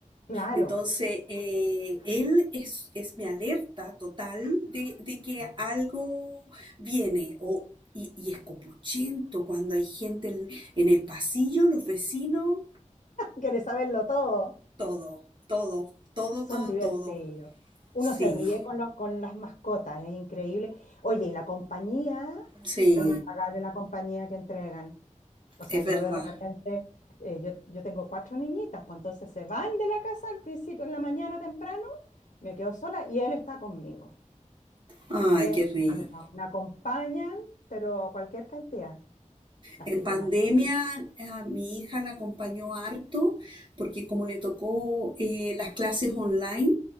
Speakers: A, on the left; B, on the right.
A: Claro,
B: Entonces, eh, él es, es mi alerta total de, de que
A: <laughs>
B: algo viene o, y, y es copuchento cuando hay gente en, en el pasillo, los vecinos,
A: quiere saberlo todo.
B: todo, todo, todo,
A: Son
B: todo,
A: divertidos.
B: todo.
A: Uno
B: Sí,
A: se ríe con los, con las mascotas, es increíble. Oye, y la compañía,
B: sí,
A: es impagable la compañía que entregan. O sea,
B: es
A: yo
B: verdad.
A: veo de repente, eh, yo, yo tengo cuatro niñitas, pues entonces se van de la casa al principio, en la mañana temprano, me quedo sola y él está conmigo.
B: Ay,
A: Es
B: qué rico.
A: una brava. me acompañan, pero cualquier cantidad. Así
B: En pandemia
A: que imagínate.
B: eh, a mi hija la acompañó harto porque como le tocó eh, las clases online,